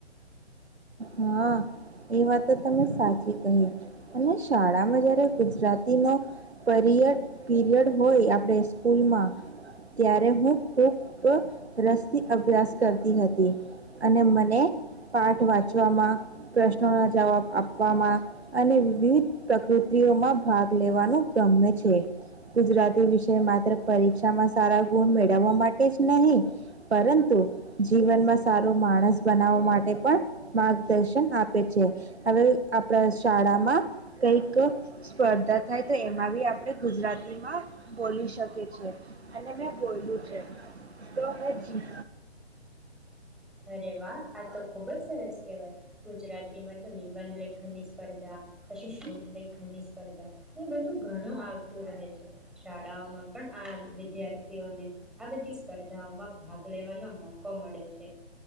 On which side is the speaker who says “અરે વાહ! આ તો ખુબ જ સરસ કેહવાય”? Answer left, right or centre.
Centre